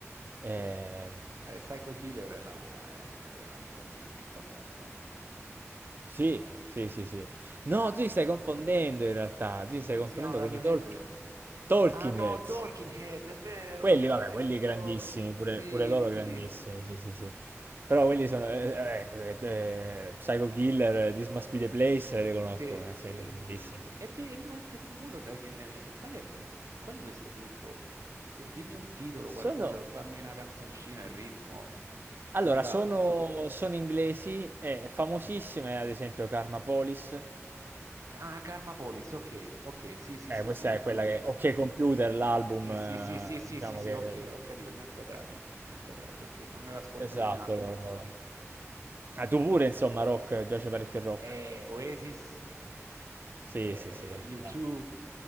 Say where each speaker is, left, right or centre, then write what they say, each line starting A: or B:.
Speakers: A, on the right; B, on the right.
A: Ehm,
B: Sì. Eh, Psycho Killer è, la- è una delle canzoni più famose, no?
A: sì, sì, sì, sì. No,
B: Eh,
A: tu ti stai confondendo in realtà, tu ti stai
B: non
A: confondendo
B: si chiama Radiohead.
A: con i Talk Talking
B: Ah no,
A: Heads.
B: Talking Head, è vero,
A: Quelli,
B: già,
A: vabbè,
B: hai
A: quelli
B: ragione.
A: grandissimi, pure,
B: Sì,
A: pure loro
B: sì,
A: grandissimi, sì, sì, sì. Però
B: sì.
A: quelli sono, eh, eh, eh, eh, Psycho Killer, eh, This Must Be the Place, eh, li conosco,
B: Sì,
A: ragazzi,
B: sì,
A: sono bellissimi.
B: sì, sì. E di- e no, aspetta, mo lo sai che... Qual è, que- che- qual è questo gruppo? Dimmi un titolo, qualcosa,
A: Sono,
B: fammi una canzoncina, il ritmo,
A: allora,
B: se ti va.
A: sono, sono inglesi, e famosissime, ad esempio, Karma Police.
B: Ah, Karma Police, ok, ok, sì, sì,
A: Eh,
B: sì,
A: questa
B: sì,
A: è quella
B: ok.
A: che, Ok Computer, l'album,
B: Sì,
A: eh,
B: sì, sì, sì, sì,
A: diciamo
B: sì, sì,
A: che,
B: ok, ho capito, li ho inquadrati, li ho inquadrati, ok, non ne ho ascoltati
A: esatto,
B: tanto,
A: loro,
B: per essere
A: loro.
B: onesto.
A: Ah, tu pure, insomma, rock, ti piace parecchio il rock?
B: Eh, Oasis,
A: Sì,
B: eh,
A: sì, sì, vabbè,
B: U2,
A: chiaro.